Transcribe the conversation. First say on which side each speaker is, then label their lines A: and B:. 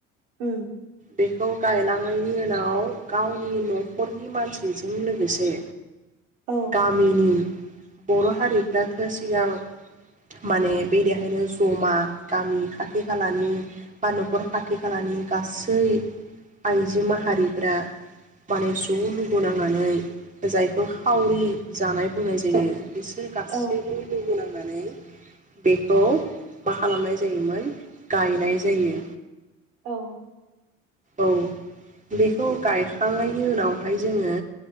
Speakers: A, on the right; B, on the right.
A: उ।
B: बेखौ गायलांनायनि उनाव गावनि न'खरनि मानसिजों लोगोसे।
A: औ
B: गामिनि। बर' हारिफ्राथ' सिगां, माने बे देहायनो जमा गामि खाथि खालानि बा न'खर खाथि खालानि गास यै आइजो माहारिफ्रा, माने ज' लुगो नांनानै जायखौ खावरि जानाय बुंनाय जायो। बिसोर गासैबो
A: औ
B: लोगो नांनानै। बेखौ मा खालामनाय जायोमोन गायनाय जायो।
A: औ।
B: औ बेखौ गायखांनायनि उनावहाय जोङो